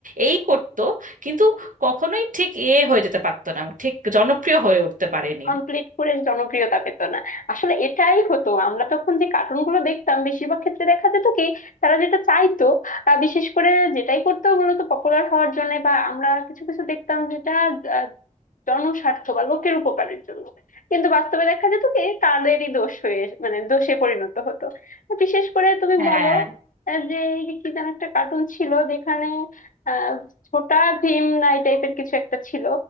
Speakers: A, on the right; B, on the left.
A: এই করতো কিন্তু কখনোই ঠিক এ হয়ে যেতে পারতো না ঠিক জনপ্রিয় হয়ে উঠতে পারেনি
B: কমপ্লিট করে জনপ্রিয়তা পেত না আসলে এটাই হতো আমরা তখন যে কার্টুন গুলো দেখতাম বেশিরভাগ ক্ষেত্রে দেখা যেত কি তারা যেটা চাইতো আহ, বিশেষ করে যেটাই করতো মূলত পপুলার হওয়ার জন্য বা আমরা কিছু কিছু দেখতাম যেটা আহ, জনস্বার্থ বা লোকের উপকারের জন্য কিন্তু বাস্তবে দেখা যেত কি তাদেরই দোষ হয়ে মানে দোষে পরিণত হতো তো বিশেষ করে তুমি
A: হ্যাঁ
B: বলো আহ, যে এই যে কি যেন একটা কার্টুন ছিল যেখানে আহ ছোটা ভীম না এই টাইপের কিছু একটা ছিল